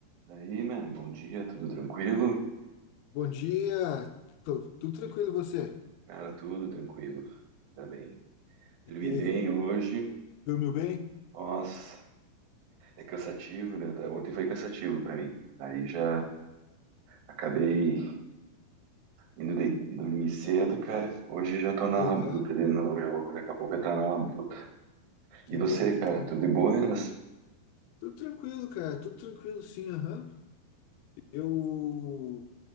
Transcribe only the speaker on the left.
Bom dia, Tu- tudo tranquilo e você?
E aí,
dormiu bem?
Aham,
que
bom, que
bom.
Tudo tranquilo, cara, tudo tranquilo sim, aham. Eu